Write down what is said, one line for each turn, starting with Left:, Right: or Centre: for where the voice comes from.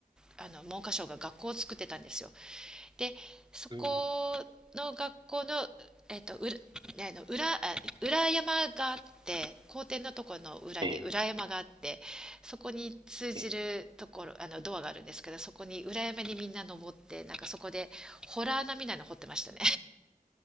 Centre: あの文科省が学校を作ってたんですよ。でそこの学校の、
Right: うん。
Centre: えっと裏ねあの裏裏山があって校庭のところの裏に裏山があってそこに通じるところあのドアがあるんですけどそこに裏山にみんな登ってなんかそこでホラーなみたいなの掘ってましたね
Right: ええ、ええ、